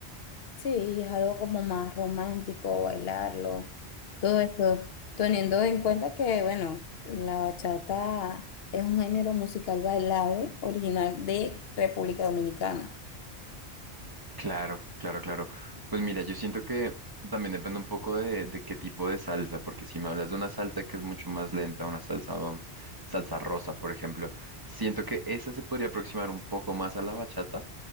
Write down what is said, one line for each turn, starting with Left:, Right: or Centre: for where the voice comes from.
Left: Sí, es algo como más romántico, bailarlo, todo esto, teniendo en cuenta que, bueno, la bachata es un género musical bailable original de República Dominicana.
Right: Claro, claro, claro. Pues mira, yo siento que también depende un poco de, de qué tipo de salsa, porque si me hablas de una salsa que es mucho más lenta, una salsa, um, salsa rosa, por ejemplo, siento que esa se podría aproximar un poco más a la bachata